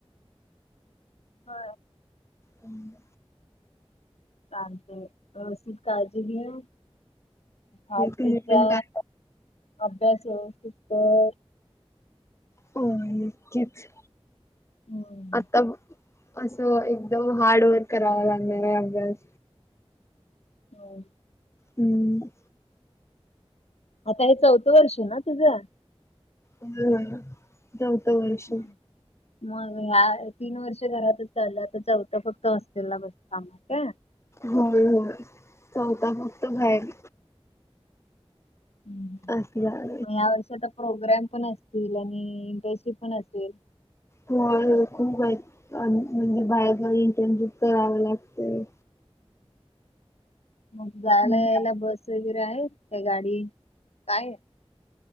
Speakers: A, on the left; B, on the left.
A: हा.
B: हम्.
A: चालतय व्यवस्थित काळजी घे. खात-पित
B: तुम्ही
A: जा,
B: पण काय
A: अभ्यास व्यवस्थित कर.
B: हो नक्कीच,
A: हम्म
B: आता असं एकदम हार्ड वर्क करावं लागणार आहे अभ्यास.
A: हो.
B: हम्म.
A: आता हे चौथं वर्ष ना तुझं?
B: हम्म चौथ वर्ष.
A: हम्म. मग ह्या तीन वर्ष घरातच झालं आता चौथं फक्त हॉस्टेलला बस काम का?
B: होय होय, चौथ फक्त बाहेर.
A: मग
B: असणार
A: यावर्षी आता प्रोग्राम पण असतील आणि इंटर्नशिप् पण असेल.
B: होय होय, खूप आहेत म्हणजे बाहेर जाऊन इंटर्नशिप कराव लागतंय.
A: मग जायला
B: हम्म.
A: यायला बस वगैरे आहे का गाडी काय?